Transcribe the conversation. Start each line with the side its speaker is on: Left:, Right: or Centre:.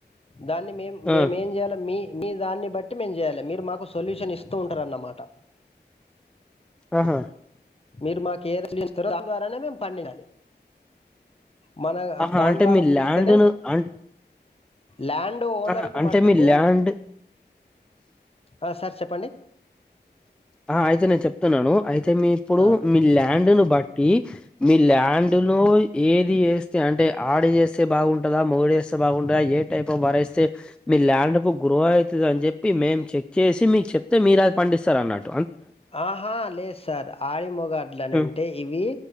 Left: దాన్ని మేం
Centre: ఆ
Left: మేముేం చేయాల మీ మీ దాన్ని బట్టి మేము చేయాలి మీరు మాకు సొల్యూషన్ ఇస్తూ ఉంటారన్నమాట
Centre: ఆహా
Left: మీరు మాకు ఏ సొల్యూషన్ ఇస్తారో దాని ద్వారానే మేము పండించాలి మన
Centre: ఆహా
Left: దాని
Centre: అంటే
Left: ద్వారా
Centre: మీ
Left: పండిస్తేనే
Centre: ల్యాండ్ను అం
Left: ల్యాండ్ ఓనర్
Centre: ఆహా!
Left: కు
Centre: అంటే
Left: మట్టుకు
Centre: మీ ల్యాండ్
Left: ఆ సార్ చెప్ప పండి
Centre: ఆ అయితే నేను చెప్తున్నాను అయితే మీ ఇప్పుడు
Left: ఆ
Centre: మీ ల్యాండ్ను బట్టి మీ ల్యాండ్ ను ఏది చేస్తే అంటే ఆడ చేస్తే బాగుంటదా మొగడుేస్తే బాగుంటదా ఏ టైప్ఫ్ వరేస్తే మీ ల్యాండ్ కు గ్రో అవుతుంది అని చెప్పి మేము చెక్ చేసి మీకు చెప్తే మీరు అది పండిస్తారు అన్నట్
Left: ఆహా లేదు సార్ ఆడి మొగడ్లనంటే
Centre: హ్మ్
Left: ఇవి